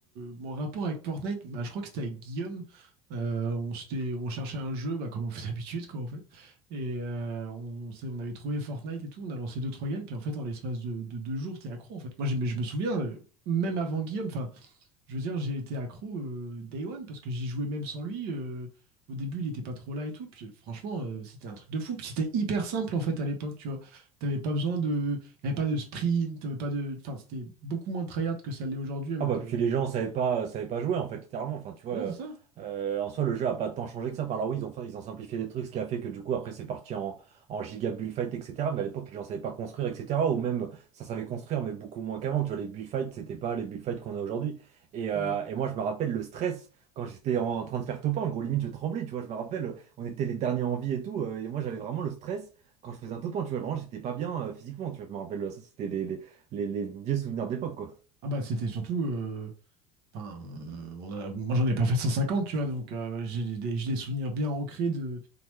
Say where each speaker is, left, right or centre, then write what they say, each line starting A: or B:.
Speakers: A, on the right; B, on the right.
A: mon rapport avec Fortnite, bah, je crois que c'était avec Guillaume. Euh, on, s'était- on cherchait un jeu, bah, comme on fait d'habitude, quoi, en fait. Et euh, on, s'est- on avait trouvé Fortnite et tout. On a lancé deux, trois games. Puis en fait, en l'espace de, de deux jours, t'es accro, en fait. Moi, j'ai- mais je me souviens, euh, même avant Guillaume, enfin, je veux dire, j'ai été accro euh, day one parce que j'y jouais même sans lui. euh, au début, il était pas trop là et tout. Puis franchement, euh, c'était un truc de fou. Puis c'était hyper simple en fait à l'époque, tu vois. T'avais pas besoin de. T'avais pas de sprint, t'avais pas de. Enfin, c'était beaucoup moins tryhard que ça l'est aujourd'hui avec.
B: Ah bah puis
A: euh,
B: les gens savaient pas savaient pas jouer en fait littéralement enfin tu vois
A: Ouais,
B: euh,
A: c'est ça.
B: euh, en soi le jeu a pas tant changé que ça par là oui ils ont fait- ils ont simplifié des trucs ce qui a fait que du coup après c'est parti en en giga bullfight etc mais à l'époque les gens savaient pas construire etc ou même ça savait construire mais beaucoup moins qu'avant tu vois les bullfights c'était pas les bullfights qu'on a aujourd'hui et, euh,
A: Mm.
B: et moi je me rappelle le stress quand j'étais en, en train de faire top 1 en gros limite je tremblais tu vois je me rappelle on était les derniers en vie et tout euh, et moi j'avais vraiment le stress quand je faisais un top 1 tu vois vraiment j'étais pas bien euh, physiquement tu vois je me rappelle ça c'était les, les, les, les vieux souvenirs d'époque quoi
A: Ah bah, c'était surtout. euh, Enfin, euh, on a- moi j'en ai pas fait 150, tu vois. Donc euh, j'ai des, j'ai des souvenirs bien ancrés de,